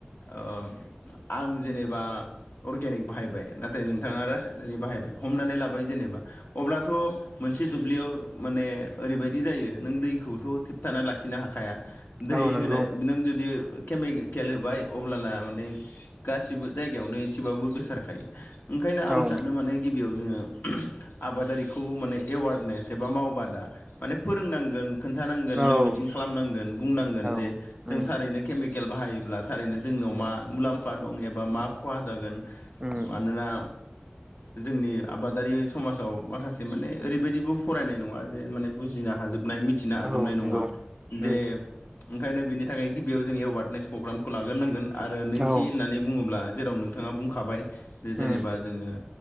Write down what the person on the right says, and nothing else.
औ नंगौ
औ
औ
औ
उम
उम
औ नंगौ
उम
औ
उम